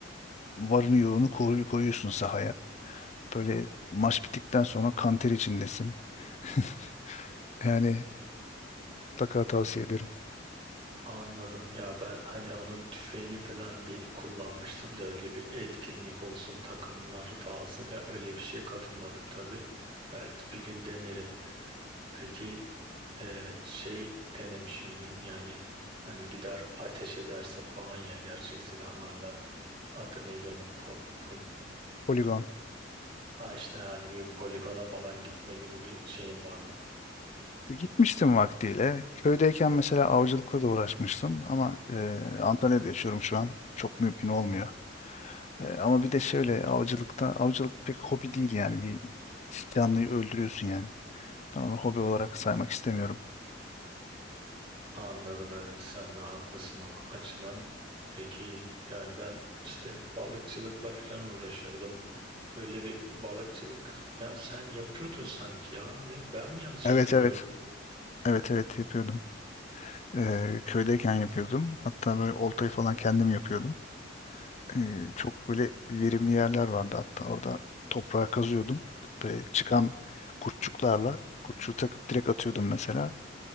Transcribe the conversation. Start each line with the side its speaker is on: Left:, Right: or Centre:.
Left: varını yoğunu koru- koyuyorsun sahaya. Böyle maç bittikten sonra kanter içindesin. <laughs> Yani mutlaka tavsiye ederim.
Right: Anladım. Ya ben hani onun tüfeğini falan bir kullanmıştım da öyle bir etkinlik olsun, takımlar dağılsın falan öyle bir şeye katılmadım tabii. Belki bir gün denerim. Peki e, şey denemiş miydin? Yani hani gider ateş edersin falan ya gerçek silahlarla. Adı neydi onun? Pol, pol.
Left: Poligon.
Right: Ha işte yani bir poligona falan gitme gibi bir şeyin var mı?
Left: E, Gitmiştim vaktiyle. Köydeyken mesela avcılıkla da uğraşmıştım ama e, Antalya'da yaşıyorum şu an. Çok mümkün olmuyor. E, ama bir de şöyle avcılıkta, avcılık pek hobi değil yani. Bir canlıyı öldürüyorsun yani. Ben onu hobi olarak saymak istemiyorum.
Right: Anladım evet sen de haklısın o açıdan. Peki yani ben işte balıkçılıkla falan uğraşırdım. Öyle bir balıkçılık yani sen yapıyordun sanki ya. Ne ben mi yanlış
Left: Evet
Right: hatırlıyorum?
Left: evet. Evet evet yapıyordum. E, köydeyken yapıyordum. Hatta böyle oltayı falan kendim yapıyordum. e, çok böyle verimli yerler vardı hatta orada toprağa kazıyordum. Böyle çıkan kurtçuklarla kurtçuğu takıp direkt atıyordum mesela.